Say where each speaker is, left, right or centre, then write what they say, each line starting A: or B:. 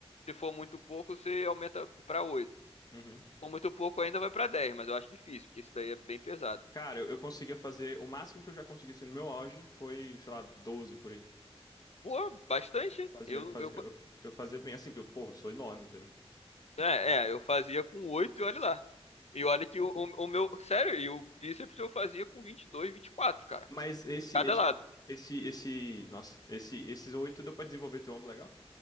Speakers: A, on the left; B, on the left.
A: se for muito pouco, você aumenta para oito
B: Uhum.
A: Com muito pouco ainda vai para dez mas eu acho difícil, porque isso daí é bem pesado.
B: Cara, eu, eu conseguia fazer. O máximo que eu já consegui assim, no meu auge foi, sei lá, 12 por aí.
A: Pô, bastante, hein?
B: Fazia,
A: Eu,
B: fazia,
A: eu,
B: eu, eu fazia bem, assim, porque, eu, porra, eu sou enorme, entendeu?
A: É, é, eu fazia com 8 e olha lá. E olha que o, o, o meu. Sério, e o bíceps eu fazia com vinte vinte e dois, vinte e quatro, cara.
B: Mas esse
A: Cada
B: é tipo.
A: lado.
B: Esse, esse. Nossa, esse, esses oito deu pra desenvolver teu ombro legal?